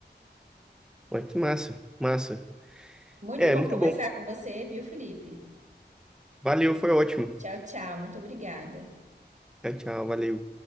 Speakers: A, in the centre; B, on the right.
A: Ah, que massa, massa.
B: Muito
A: É,
B: bom
A: muito
B: conversar
A: bom.
B: com você, viu, Felipe?
A: Valeu, foi ótimo.
B: Tchau, tchau. Muito obrigada.
A: Tchau, tchau, valeu.